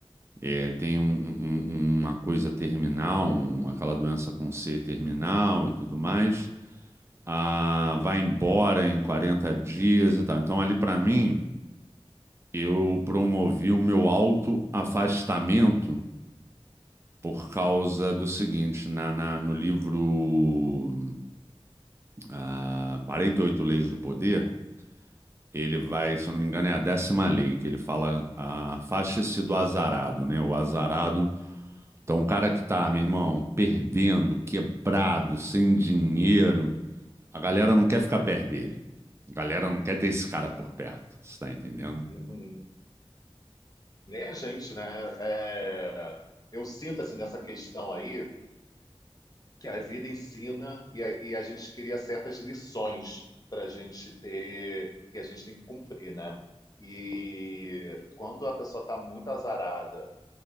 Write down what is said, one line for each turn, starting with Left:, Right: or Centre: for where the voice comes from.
Right: é, tem um- um- um- uma coisa terminal, um- aquela doença com C terminal e tudo mais, ah, vai embora em 40 dias e tal. Então ali para mim Eu promovi o meu autoafastamento por causa do seguinte, na, na- no livro ah, 48 Leis do Poder, ele vai, se eu não me engano, é a décima lei, que ele fala, ah, afaste-se do azarado, né? O azarado, então o cara que tá, meu irmão, perdendo, quebrado, sem dinheiro, a galera não quer ficar perto dele. A galera não quer ter esse cara por perto, você tá entendendo?
Left: uhum. né, gente, né? É, eu sinto assim nessa questão aí que a vida ensina e a, e a gente cria certas lições para a gente ter, que a gente tem que cumprir, né? E quando a pessoa está muito azarada